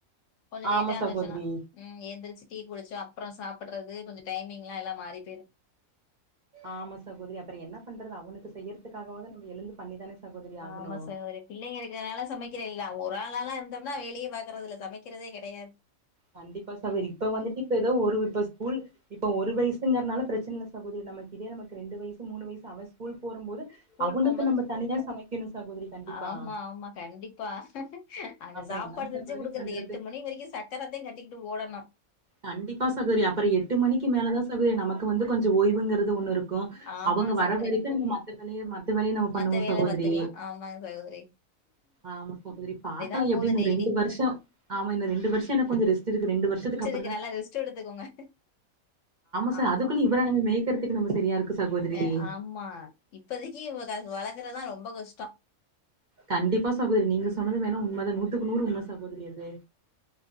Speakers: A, on the left (about 65°); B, on the right (about 40°).
A: கொஞ்ச லேட்டா
B: ஆமா
A: எந்துச்சன்னா
B: சகோதரி
A: ம் எந்திரிச்சு டீ குடுச்சு அ ப்றொ சாப்புட்றது கொஞ்ச டைமிங்லா எல்லா மாறி போயிரு
B: ஆமா சகோதரி அப்பற என்ன பண்றது அவனுக்கு செய்யற்துக்காகவாது நம்ம எழுந்து பண்ணிதானே சகோதரி ஆகணு
A: ஆமா சகோதரி பிள்ளைங்க இருக்கனால சமைக்கிறே இல்ல நா ஒரு ஆ ரு ஆளா இருந்தம்னா வேலயே பாக்குறதுல்ல சமக்கிறதே கெடயாது
B: கண்டிப்பா சகோதரி இப்ப வந்துட்டு இப்ப எதோ ஒரு இப்ப ஸ்கூல் இப்ப ஒரு வயசுங்கற்னால பிரச்சன இல்ல சகோதரி நமக்கு இதே நமக்கு ரெண்டு வயசு மூணு வயசு அவெ ஸ்கூல் போறம்போது
A: ஸ்கூல்
B: அவனுக்கு
A: போம்போது
B: நம்ம தனியா சமைக்கணு சகோதரி கண்டிப்பா
A: ஆமா ஆமா கண்டிப்பா அந்த
B: அப்புறம்
A: சாப்பாடு
B: என்னங்க
A: செஞ்சு
B: சகோதரி
A: குடுக்கறது
B: பண்றது
A: எட்டு மணி வரக்கு சக்கரத்தே கட்டிகி ட்டு ஓடணு
B: கண்டிப்பா சகோதரி அப்பற எட்டு மணிக்கு மேலதா சகோதரி நமக்கு வந்து கொஞ் ச ஓய்வுங்கிறது ஒன்னு இரு க்கு
A: ஆமாங்க
B: அவுங்க
A: சகோதரி.
B: வர வரைக்கு நம்ம மத்த வேலைய மத்த வேலைய நம்ம பண்ணுவோ
A: மத்த வேல
B: சகோதரி
A: பாத்துக்கலாம். ஆமாங்க சகோதரி.
B: ஆமா சகோதரி பாக்கலா
A: அப்படிதான்
B: எப்டின்னு
A: போது டெய்லி.
B: ரெண்டு வருஷொ ஆமா இன்னு ரெண்டு வருஷ எனக்கொஞ்ச ரெஸ் ட்டிருக்கு ரெண்டு வருஷத்துக்கு அப்
A: க்கு நல்லா ரெஸ்ட் எடுத்துக்கோங்க
B: சார்
A: ஆமா
B: அதுக்குள்ள இவர நம்ம மேய்கறதுக்கு நம்ம சரியா இருக்கு சகோதரி
A: எ ஆமா இப்பதக்கி இவுங்க கா வளக்கறதா ரொம்ப கஷ்டொ
B: கண்டிப்பா சகோதரி நீங்க சொன்னது வேண உண்மதா நூத்துக்கு நூறு உண்ம சகோதரி அது